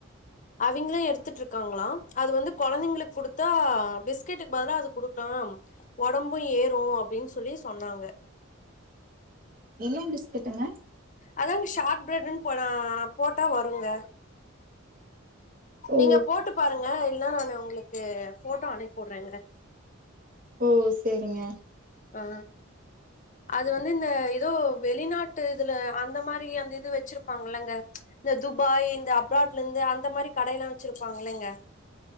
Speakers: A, on the left; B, on the right.
A: அவிங்ளே எடுத்துட்டு இருக்காங்களா அது வந்து கொழந்தைங்களுக் குடுத்தா பிஸ்கெட்டுக்கு பதுலா அது குடுக்கலாம் ஒடம்பு ஏறு அப்டின் சொல்லி சொன்னாங்க
B: என்ன பிஸ்கெட்டுங்க
A: அதாங்க ஷார்ட் ப்ரெட்ன்னு போனா போட்டா வருங்க
B: ஓ
A: நீங்க போட்டு பாருங்க இல்ல நானு உங்ளுக்கு ஃபோட்டோ அனுப்பிவுட்றேங்க
B: ஓ சேரிங்க
A: ஆ அது வந்து இந்த எதோ வெளிநாட் ட்டு இதுல அந்த மாரி அந்த இது வெச்சிருப்பாங்கல்லங்க இந்த துபாய் இந்த அப்ராட்லந்து அந்த மாரி கடையெல்லா வெச்சிருப்பாங்கல்லங்க